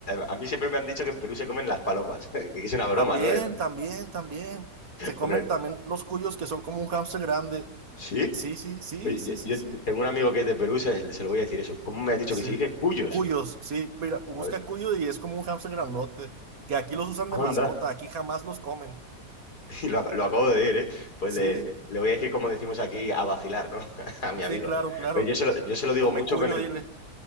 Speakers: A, on the left; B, on the right.
A: a mí siempre me han dicho que en Perú se comen las palomas, <laughs> que es una broma,
B: También,
A: ¿no?
B: también, también. Se comen
A: Hombre,
B: también los cuyos que son como un hámster grande.
A: ¿sí?
B: Sí, sí, sí,
A: Pues
B: sí,
A: yo,
B: sí,
A: yo
B: sí.
A: tengo un amigo que es de Perú, se, se lo voy a decir eso. ¿Cómo me has dicho
B: Sí.
A: que se dice? Cuyos.
B: Cuyos, sí, mira, busca
A: ¿sabes?
B: cuyo y es como un hamster grandote, que aquí los usan de
A: Onda,
B: mascota, aquí jamás los comen.
A: <laughs> y lo, ac- lo acabo de ver, ¿eh? Pues
B: Sí,
A: le, le voy a decir como decimos aquí, a vacilar, ¿no? <laughs> A mi amigo.
B: sí, claro, claro.
A: Pues yo se lo, yo se lo digo
B: Come
A: mucho
B: cuyo,
A: con el,
B: dile.